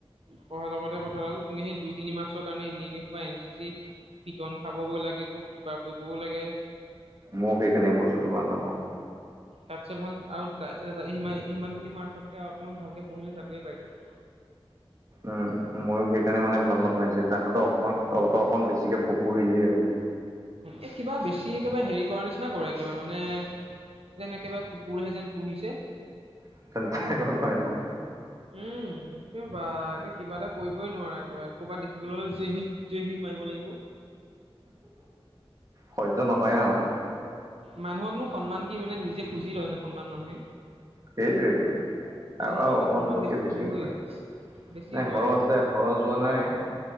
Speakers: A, on the right; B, on the right.
A: পঢ়াৰ লগতহে কথা হ'ল, তুমি সেই দুই তিনি মাৰ্কৰ কাৰণে ইণ্ং বা এন চি চি পিতন খাবগেও লাগে, ক কিবা কৰিবও লাগে।
B: মোৰ সেইকাৰণেই বস্তুটো ভাল নাপাওঁ।
A: তাতছে ভাল আৰু ত ই ইমানখিনি মাৰ্কসতকৈ আৰু অকণমান ভালকৈ পঢ়িলে চাকৰি পাই যায়।
B: উম, ময়ো সেইকাৰণে মানে ভাল নাপাইছে তাহঁতৰ অকণমান অকণ বেছিকে প পুহি দিলেই হ'ল।
A: এই কিবা বেছি একেবাৰে হেৰি কৰাৰ নিচিনা কৰে একেবাৰে মানে যেন একেবাৰে কুকুৰহে যেন পুহিছে।
B: <unintelligible>
A: উম, সেই বাে কিবা এটা কৰিবই নোৱাৰা একেবাৰে ক'বাত দেখিবলৈ হ'লে জেহ জেহ হিন্দ মাৰিব লাগিব।
B: সহ্্য নহয় আৰু।
A: মানুহকনো সন্মান কি মানে নিজে খুজি লয় নে সন্মান মানুহে।
B: সেইটোৱেটো। আৰু
A: যোন
B: আৰু
A: মানুহে
B: অকমান
A: সন্মান
B: জোখতকে
A: দিব
B: বেছিও
A: সি দিবই
B: কৰে,
A: বেছি
B: নাই
A: কৰে
B: সৰহ আছে, সৰহ যোৱা নাই।